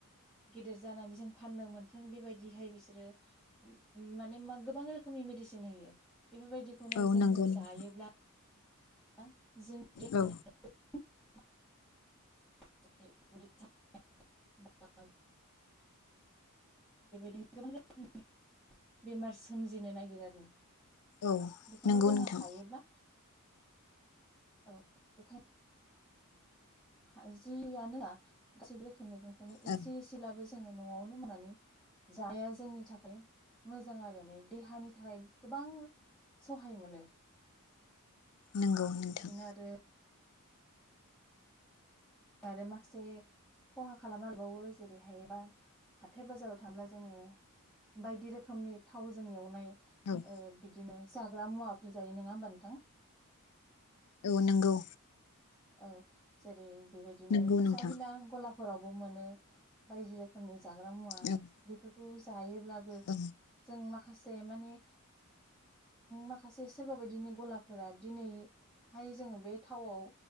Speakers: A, in the centre; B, on the left.
A: गेदेर जानानै जों फाननो मोनथों बे बायदिहाय बिसोरो उम माने मा गोबां रोखोमनि मेडिसिन होयो बेफोरबाय खौनो
B: औ
A: जोंङो
B: नंगौ नोंथां
A: जायोब्ला आ जोंनि देहायाव
B: औ
A: <unintelligible> <unintelligible> गोबां रोखोमनि बेमार सोमजिनो नागिरो आरो ना
B: औ
A: बेखायनो
B: नंगौ
A: जोंङो
B: नोंथां
A: हायोब्ला औ बेखायन हा जि आनो जा गासैबो खौ मैगं खौनो एसे
B: औ
A: एसे लाबो ज जोंङो न'आवनो मोननानै जाया जोंनि थाखाय मोजां आरो नै देहानि थाखाय गोबां सहाय मोनो
B: नंगौ नोंथां।
A: बिदिनो आरो आरो माखसे खहा खालामनाबावो जेरै हाय बा हाथथाय बाजाराव थांब्ला जोंङो बायदि रोखोमनि थावजों एवनाय
B: औ
A: ओ बिदिनो जाग्रा मुवाफोर जायो नङा होमबा नोंथां
B: औ नंगौ
A: औ जेरै बेबायदिनो
B: नंगौ
A: फिसा
B: नोंथां
A: बिला गलाब फोरावबो मोनो बायदि रोखोमनि जाग्रा मुवा
B: औ
A: बेफोरखौ जायो ब्लाबो
B: औ
A: जों माख माखासे माने माखासे सोरबा बायदिनि गलाफोरा दिनैहाय जोङो बे थावआव